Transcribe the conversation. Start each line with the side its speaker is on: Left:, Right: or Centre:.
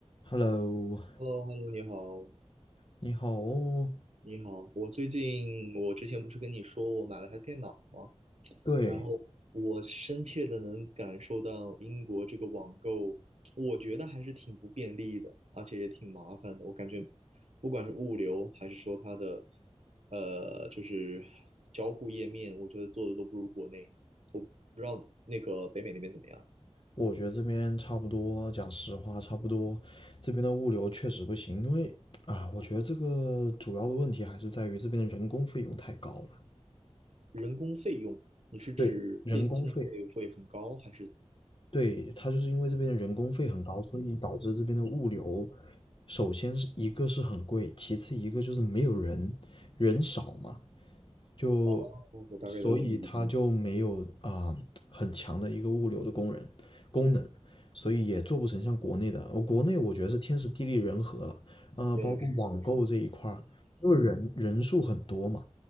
Left: Hello，
Right: h e l l o h e l l o 你好，
Left: 你好哦。
Right: 你好。我最近，我之前不是跟你说我买了台电脑吗？
Left: 对，
Right: 然后我深切的能感受到英国这个网购，我觉得还是挺不便利的，而且也挺麻烦的。我感觉，不管是物流还是说它的，呃，就是交互页面，我觉得做的都不如国内。不知道那个北美那边怎么样？
Left: 我觉得这边差不多，讲实话，差不多。这边的物流确实不行，因为啊，我觉得这个主要的问题还是在于这边的人工费用太高了。
Right: 人工费用，你是指配送费会很高，
Left: 对，人工费，
Right: 还是？
Left: 对，它就是因为这边的人工费很高，所以导致这边的物流，首先是一个是很贵，其次一个就是没有人，人少嘛，就
Right: 哦，我大概了解你的意思。
Left: 所以它就没有啊、很强的一个物流的工人功能，所以也做不成像国内的。呃国内我觉得是天时地利人和了，呃，
Right: 确实，
Left: 包括网购这一块儿因为人人数很多嘛，
Right: 确实。